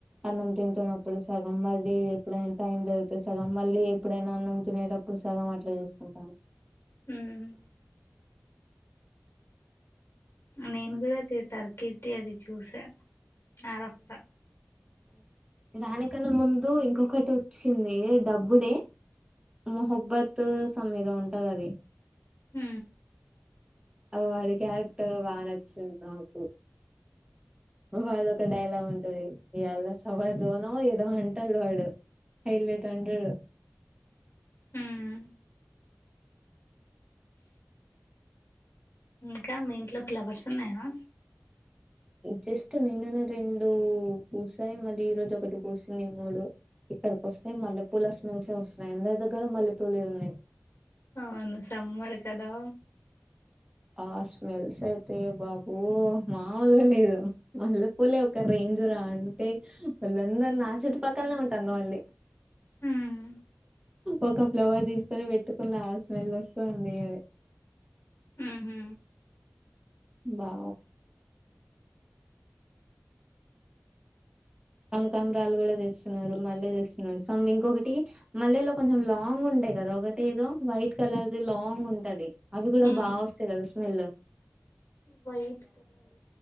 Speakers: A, on the right; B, on the left.
A: అన్నం తింటున్నడు ఇప్పుడు సగం మళ్ళీ ఎప్పుడైనా టైం దొరికితే సగం మళ్ళీ ఎప్పుడైనా అన్నం తినేటప్పుడు సగం అట్లా చూసుకుంటాను
B: హ్మ్ నేను కూడా అది తర్కత్ అది చూసా అరఫ్తా
A: దానికన్నా ముందు ఇంకొకటి వచ్చింది డబ్బుడే మహబ్బత్ స మీద ఉంటది అది
B: హ
A: వాడి క్యారెక్టర్ బాగా నచ్చింది నాకు వాడు ఒక డైలాగ్ ఉంటది ఇవాళ సవర్దోనో ఏదో అంటాడు వాడు హైలట్ అంటాడు
B: ఉమ్ ఇంకా మీ ఇంట్లో ఫ్లవర్స్ ఉన్నాయా
A: జస్ట్ నిన్ననే రెండు పూసాయి మళ్ళీ ఈ రోజు ఒకటి పూసింది మూడు ఇక్కడికి వస్తాయి మల్లెపూల స్మెల్స్ వస్తన్నాయి అందరి దగ్గర మల్లెపూలే ఉన్నాయి
B: అవును సమ్మారు కదా
A: ఆ స్మెల్స్ అయితే బాబూ మామూలుగా లేదు మల్లె పూలే ఒక రేంజరా అంటే వాళ్ళందరు నా చుట్టుపక్కలనే ఉంటారు మళ్ళీ
B: ఉమ్
A: ఒక ఫ్లవర్ తీసుకొని పెట్టుకున్న స్మెల్ వస్తుంది అది
B: ఉహు
A: బా సంమ్ కమరాలు కూడా తెస్తున్నారు మళ్ళీ తెస్తున్నారు సమ్ ఇంకొకటి మళ్ళెలో కొంచెం లాంగ్ ఉంటాయి కదా ఒకటి ఏదో వైట్ కలర్ది లాంగ్ ఉంటది అవి కూడా
B: ఉమ్
A: బా వస్తాయి కదా వెళ్ల
B: వైట్ కలర్